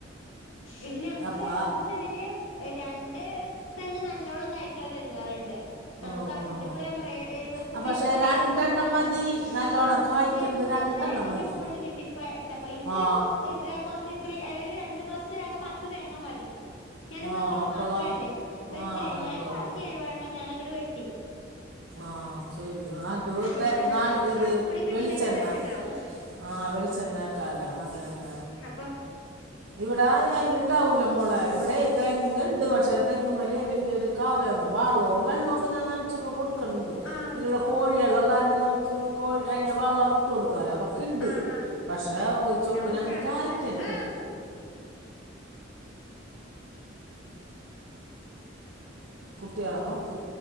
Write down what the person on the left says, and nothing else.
ഇത് ഞങ്ങക്ക്
പത്ത് സെന്റില് രണ്ട് തെങ്ങ് നല്ലോണം കായ്ക്ണ തെങേള്ണ്ട്. നമുക്ക്
ആവശ്യത്തിന്
ഇപ്പൊ ഞാൻ പറയാ എഴുപത്തി
ഇപ്പൊ
ഞങ്ങള്
വൈകുന്ന സമയത്ത്
ആഹ്
എൺപത്
തേങ്ങന്റെ
മോൾള് കിട്ടിപ്പോ ഇട്ടപ്പോ ഇ ഇക്കൊരു
കൊ ഒര് കൊറച്ച് ഇത്ര അരു രണ്ടു മാസത്തിലാകെ പത്ത് തേങ്ങാ മതി. ഞാനും
മക്കളും
മാത്രംല്ലേ
ഇത്തിരിയേ ഞാന്
ബാക്കി
എഴ് വണ്ണം ഞാന അങ്ങട് വെട്ടി.
ഇനിയിപ്പോ
ഇന്നത്തോട്ട്
ഇന്നത്തെ
ഉണക്കും കൂടിയും കിട്ടിക്കഴിഞ്ഞാൽ
വെളിച്ചെണ്ണാവും
പ്പ
ആഹ്
ആഹ് ആഹ്
ഞാൻ കൊറച്ച്
ചാണകം
ആഹ്